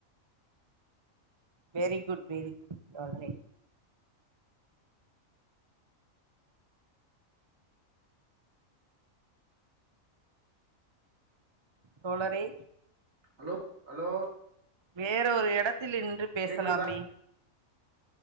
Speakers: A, on the right (about 30°); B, on the right (about 75°).
A: very good very good alright தோழரே
B: ஹலோ அலோ
A: வேறொரு எடத்தில் நின்று பேசலாமே
B: கேக்குறதா